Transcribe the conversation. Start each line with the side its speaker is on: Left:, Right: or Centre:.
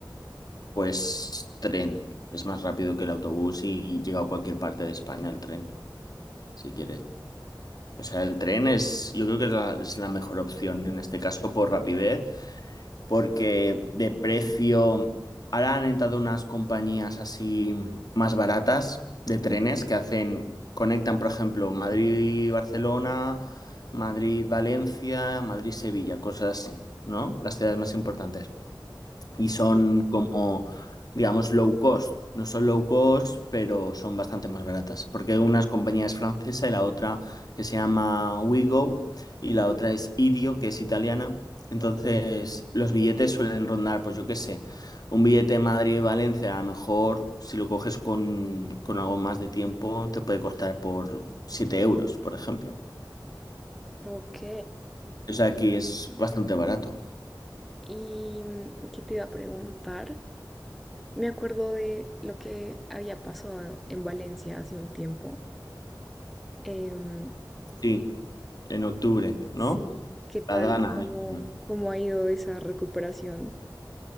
Left: Pues tren. Es más rápido que el autobús y llega a cualquier parte de España el tren. si quieres. O sea, el tren es, yo creo que es la, es la mejor opción en este caso por rapidez, porque de precio, ahora han entrado unas compañías así más baratas de trenes que hacen, conectan, por ejemplo, Madrid-Barcelona, Madrid-Valencia, Madrid-Sevilla, cosas así, ¿no? Las ciudades más importantes y
Centre: Sí.
Left: son como, digamos, low cost. No son low cost, pero son bastante más baratas, porque una es compañía es francesa y la otra que se llama WeGo y la otra es Idio, que es italiana. Entonces, los billetes suelen rondar, pues yo qué sé, un billete Madrid-Valencia, a lo mejor si lo coges con, con algo más de tiempo, te puede costar por 7 euros, por ejemplo.
Centre: Ok.
Left: O sea, aquí es bastante barato.
Centre: ¿Y mm, qué te iba a preguntar? Me acuerdo de lo que había pasado en Valencia hace un tiempo. Em,
Left: Sí, en octubre, ¿no?
Centre: sí, ¿qué tal?
Left: La Dana.
Centre: ¿Cómo,
Left: ¿eh?
Centre: cómo ha ido esa recuperación?